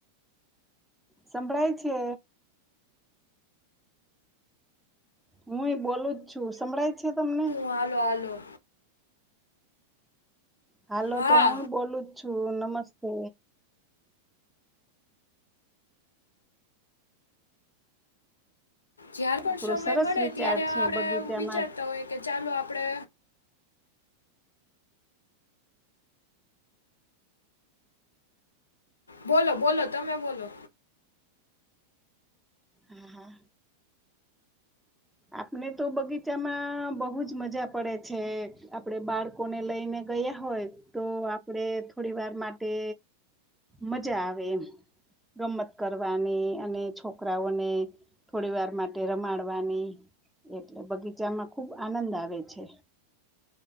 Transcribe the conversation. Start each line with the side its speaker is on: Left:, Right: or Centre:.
Centre: સંભળાય છે હું એ બોલું જ છું સંભળાય છે તમને
Left: હાલ હાલો
Centre: હાલો
Left: હા
Centre: તો હું બોલું જ છું નમસ્તે
Left: જાર પણ
Centre: આપડો
Left: સમય
Centre: સરસ
Left: મળે
Centre: વિચાર
Left: ત્યારે
Centre: છે
Left: આપણે
Centre: બગીચામાં
Left: વિચારતા હોઈ કે ચાલો આપણે બોલો બોલો તમે બોલો
Centre: હા હા આપને તો બગીચામાં બહુ જ મજા પડે છે આપડે બાળ લોકોને લઈને ગયા હોય તો આપણે થોડી વાર માટે મજા આવે ગમત કરવાની અને છોકરાઓને થોડી વાર માટે રમાડવાની એટલે બગીચામાં ખુબ આનંદ આવે છે